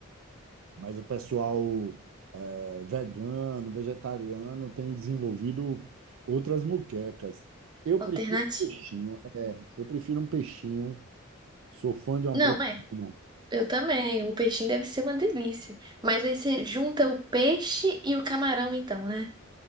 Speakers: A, on the right; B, on the right.
A: Mas o pessoal eh, vegano, vegetariano tem desenvolvido outras muquecas. Eu
B: Alternativa.
A: prefiro um peixinho, é, eu prefiro um peixinho. Sou fã de uma
B: Não,
A: proteína.
B: é. Eu também. O peixinho deve ser uma delícia. Mas aí você junta o peixe e o camarão, então, né?